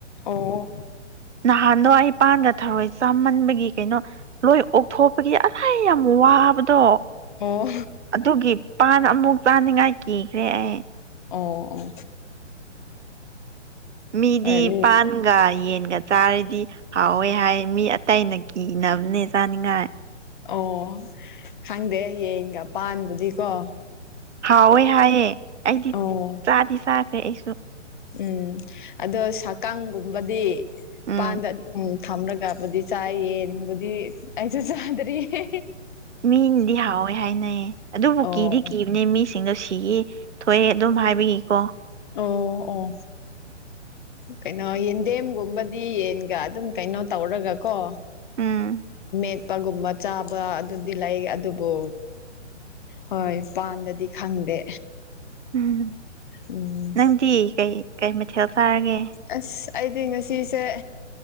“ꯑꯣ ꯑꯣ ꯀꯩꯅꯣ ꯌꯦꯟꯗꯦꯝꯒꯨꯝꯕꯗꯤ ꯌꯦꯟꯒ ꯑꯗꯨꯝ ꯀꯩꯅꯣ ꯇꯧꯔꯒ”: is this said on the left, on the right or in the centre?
Left